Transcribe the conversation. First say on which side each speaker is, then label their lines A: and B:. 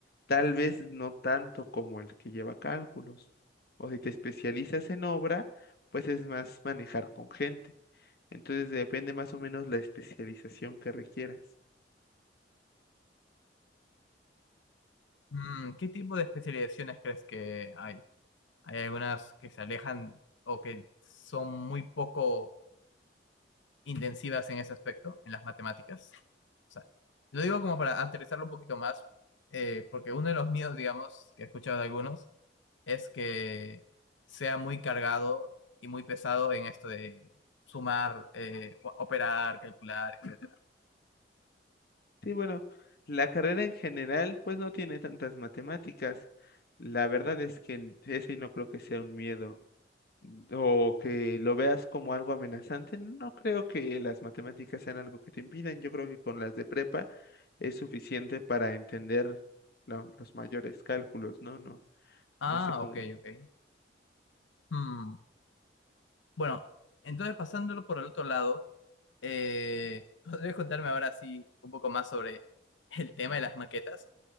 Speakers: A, on the left; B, on the left.
A: tal vez no tanto como el que lleva cálculos. O si te especializas en obra, pues es más manejar con gente. Entonces depende más o menos la especialización que requieras.
B: Mm, ¿qué tipo de especializaciones crees que hay? Hay algunas que se alejan o que son muy poco intensivas en ese aspecto, en las matemáticas. O sea, lo digo como para aterrizarlo un poquito más, eh, porque uno de los míos, digamos, que he escuchado de algunos, es que sea muy cargado y muy pesado en esto de sumar, eh, o- operar, calcular, etcétera.
A: Sí, bueno, la carrera en general pues no tiene tantas matemáticas. La verdad es que ese no creo que sea un miedo mm, o que lo veas como algo amenazante. No creo que las matemáticas sean algo que te impidan. Yo creo que con las de prepa es suficiente para entender la- los mayores cálculos, ¿no? No,
B: Ah,
A: no sé cómo.
B: ok, ok. Hmm. Bueno, entonces pasándolo por el otro lado, eh, <laughs> ¿podrías contarme ahora sí un poco más sobre el tema de las maquetas?